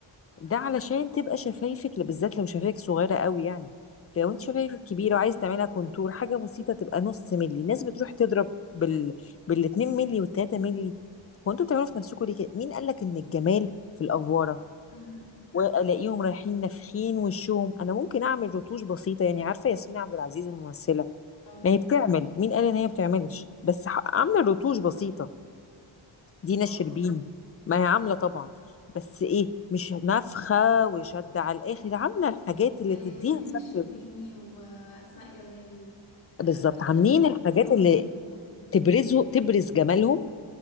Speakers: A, on the left; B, on the left.
A: اوكي
B: ده علشان تبقى شفايفك بالذات لو شفايفك صغيره قوي يعني لو
A: امم
B: انت شفايفك كبيره وعايز تعملها كونتور حاجه بسيطه تبقى نص مللي الناس بتروح تضرب بال بال 2 مللي وال 3 مللي وانتوا بتعملوا في نفسكم ليه كده مين قال لك ان الجمال في الافواره
A: امم
B: والاقيهم رايحين نافخين وشهم انا ممكن اعمل رتوش بسيطه يعني عارفه ياسمين عبد العزيز الممثله
A: اه
B: ما هي بتعمل مين قال ان هي بتعملش بس ح- عامله رتوش بسيطه دينا
A: اه
B: الشربيني
A: اه
B: ما هي عامله طبعا بس ايه مش نفخه وشد على الاخر عامله الحاجات اللي
A: آه،
B: تديها
A: دينا
B: شكل
A: الشربيني وأسماء جلال
B: بالظبط
A: آه، كل
B: عاملين
A: كل
B: الحاجات
A: كلهم
B: اللي
A: هم كلهم
B: تبرزه تبرز جمالهم